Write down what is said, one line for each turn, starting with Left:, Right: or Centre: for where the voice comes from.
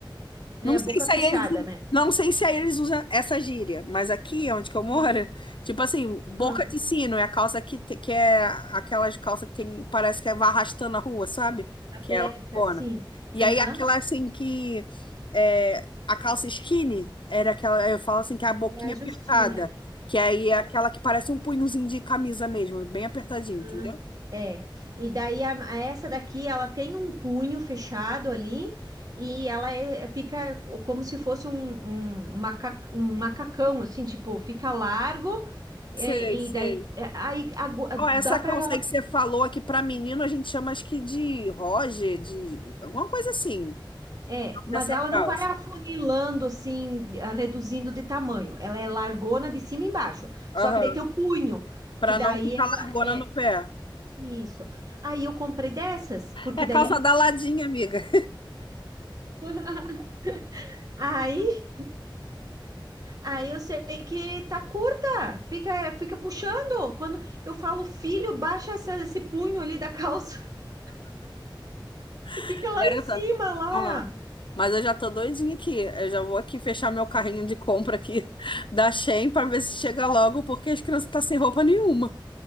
Right: É,
Left: Não sei
Right: boca
Left: se
Right: fechada,
Left: aí eles,
Right: né?
Left: não sei se aí eles usam essa gíria, mas aqui onde que eu moro,
Right: É.
Left: <laughs> tipo assim, boca
Right: Aham.
Left: de sino é a calça que, te- que é aquelas calças que tem, parece que é vai arrastando a rua, sabe?
Right: Aberta,
Left: Que é largona.
Right: sim.
Left: E
Right: Aham.
Left: aí aquela assim que é, a calça skinny era aquela, eu falo assim, que é a boquinha
Right: É a justinha.
Left: apertada, que aí é aquela que parece um punhozinho de camisa mesmo, bem apertadinho,
Right: Ah,
Left: entendeu?
Right: É, e daí a- a essa daqui ela tem um punho fechado ali e ela é- fica como se fosse um, um, um maca- um macacão, assim, tipo, fica largo e,
Left: Sei, sei.
Right: e daí é, aí agu-
Left: Ó, essa
Right: dá para
Left: calça aí que você falou aqui para menino, a gente chama acho que de Roger, de alguma coisa assim,
Right: É,
Left: dessa
Right: mas ela
Left: calça.
Right: não vai afunilando assim, a- reduzindo de tamanho. Ela é largona de cima e embaixo.
Left: Aham.
Right: Só que daí tem o punho,
Left: Para
Right: que daí
Left: não ficar
Right: ela
Left: largona
Right: é
Left: no pé.
Right: isso. Aí eu comprei dessas, porque
Left: É
Right: daí
Left: calça da ladinha, amiga.
Right: <laughs> Aí Aí eu sei que tá curta, fica, fica puxando. Quando eu falo, filho, baixa essa- esse punho ali da calça <laughs> que
Left: <laughs>
Right: fica lá
Left: Garota.
Right: em cima, lá.
Left: Ó. Mas eu já tô doidinha aqui. Eu já vou aqui fechar meu carrinho de compra aqui <laughs> da Shein para ver se chega logo, porque as crianças estão sem roupa nenhuma.